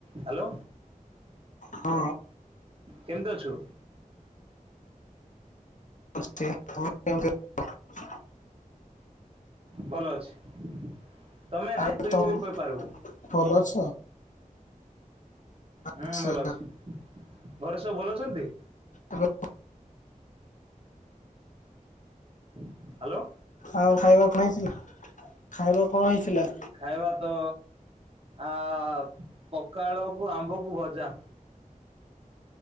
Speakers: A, on the right; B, on the left.
A: Hello
B: ହଁ
A: କେମିତି ଅଛୁ?
B: <inaudible>
A: ଭଲ ଅଛି। ତମେ
B: ଆରେ
A: ନାଇ ତୁଇ
B: ତମ
A: ବୋଲି କହି ପାରିବୁ।
B: ଭଲ ଅଛ?
A: ହୁଁ
B: ଆଚ୍ଛା
A: ଭଲ ଅଛି। ଘରେ ସବୁ ଭଲ ଅଛନ୍ତି?
B: ଏବେ
A: ହ୍ୟାଲୋ।
B: ଆଉ ଖାଇବା କଣ ହେଇଥିଲା? ଖାଇବା କଣ ହେଇଥିଲା?
A: ଖାଇବା ତ ଆ ପଖାଳକୁ ଆମ୍ବ କୁ ଭଜା।